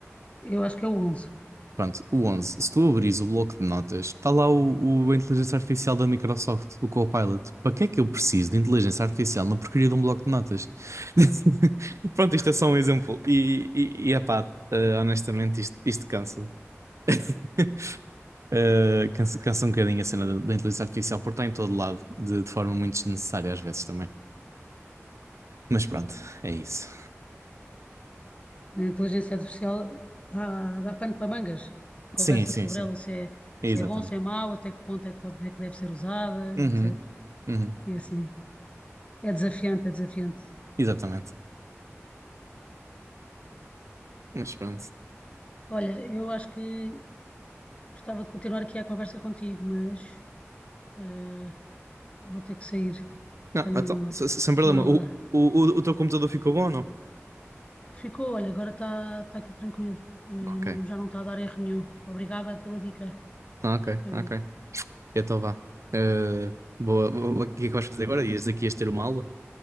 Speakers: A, on the left (about 25°); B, on the right (about 75°).
A: Eu acho que é o onze <laughs>
B: Pronto, o 11. Se tu abris o bloco de notas, está lá o, o, a inteligência artificial da Microsoft, o Copilot. Para que é que eu preciso de inteligência artificial na porcaria de um bloco de notas? <laughs> Pronto, isto é só um exemplo. E, e, e epá, ah, honestamente, isto, isto cansa-me. <laughs> Ah, cansa, cansa um bocadinho a cena da, da inteligência artificial, porque está em todo lado, de de forma muito desnecessária às vezes também. Mas pronto, é isso.
A: A inteligência artificial dá, dá pano para mangas. A conversa
B: Sim, sim,
A: sobre
B: sim.
A: ela, se é,
B: É
A: se
B: exatamente.
A: é bom, se é mau, até que ponto é que, pode, é que deve ser usada,
B: Uhum,
A: etc.
B: uhum,
A: E assim, é desafiante, é desafiante.
B: exatamente. Mas pronto.
A: Olha, eu acho que Gostava de continuar aqui a conversa contigo, mas eh, vou ter que sair.
B: Não,
A: Tenho
B: então, se- se- sem problema.
A: uma aula.
B: O, o, o, o teu computador ficou bom ou não?
A: Ficou, olha, agora está está aqui tranquilo. Eh,
B: Ok,
A: não, já não está a dar erro nenhum. Obrigada pela dica.
B: ok,
A: Foi
B: ok.
A: bom.
B: Então vá. Eh, boa. O o que é que vais fazer agora? Ias daqui ias ter uma aula?